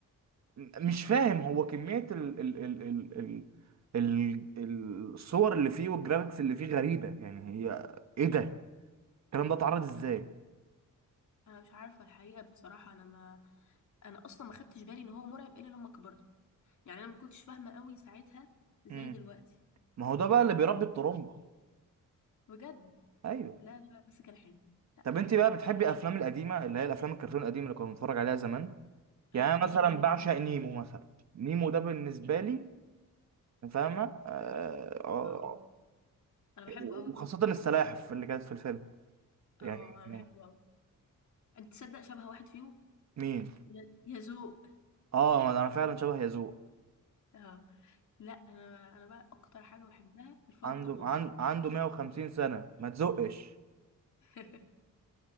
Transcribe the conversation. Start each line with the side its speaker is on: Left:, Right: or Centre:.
Right: مش فاهم هو كميه ال ال ال ال ال ال- الصور اللي فيه والجرافيكس اللي فيه غريبه يعني هي ايه ده الكلام ده اتعرض ازاي
Left: انا مش عارفه الحقيقه بصراحه انا ما انا اصلا ما خدتش بالي ان هو مرعب الا لما كبرت يعني انا ما كنتش فاهمه قوي ساعتها زي
Right: امم
Left: دلوقتي
Right: ما هو ده بقى اللي بيربي الطرمبة
Left: بجد
Right: ايوه
Left: لا لا بس كان حلو لا
Right: طب
Left: كان
Right: انت
Left: حلو
Right: بقى بتحبي الافلام القديمه اللي هي الافلام الكرتون القديمه اللي كنا بنتفرج عليها زمان يعني
Left: اه
Right: انا
Left: يا
Right: مثلا
Left: لهوي
Right: بعشق
Left: ده
Right: نيمو مثلا نيمو ده بالنسبه لي فاهمه آه... آه،
Left: اه
Right: آه،
Left: انا بحبه
Right: وخاصه
Left: قوي برضه
Right: السلاحف اللي كانت في الفيلم يعني
Left: اه انا بحبه قوي انت تصدق شبه واحد فيهم
Right: مين
Left: يا يا ذوق
Right: اه انا فعلا شبه يزوق
Left: اه لا انا انا بقى اكتر حاجه بحبها الفار
Right: عنده
Left: الطباخ
Right: عن... عنده 150 سنه ما تزقش
Left: <laughs>